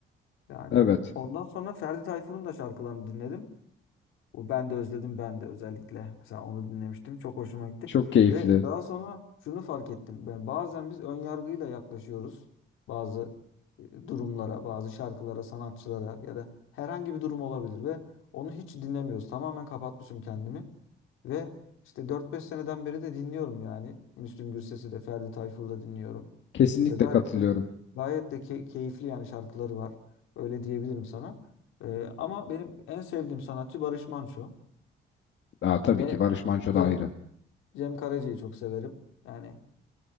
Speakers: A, on the left; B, on the left.
A: Yani
B: Evet.
A: ondan sonra Ferdi Tayfur'un da şarkılarını dinledim. Bu ben de özledim ben de özellikle. Mesela onu dinlemiştim. Çok hoşuma gitti.
B: Çok keyifli.
A: Ve daha sonra şunu fark ettim. Ben bazen biz ön yargıyla yaklaşıyoruz bazı e, durumlara, bazı şarkılara, sanatçılara ya da herhangi bir durum olabilir ve onu hiç dinlemiyoruz. Tamamen kapatmışım kendimi. Ve işte dört beş seneden beri de dinliyorum yani. Müslüm Gürses'i de, Ferdi Tayfur'u da dinliyorum.
B: Kesinlikle
A: Ve gayet
B: katılıyorum.
A: de gayet de key- keyifli yani şarkıları var. Öyle diyebilirim sana. Ee, ama benim en sevdiğim sanatçı Barış Manço
B: Aa, tabii
A: ve
B: ki Barış Manço
A: Cem,
B: da ayrı.
A: Cem Karaca'yı çok severim. Yani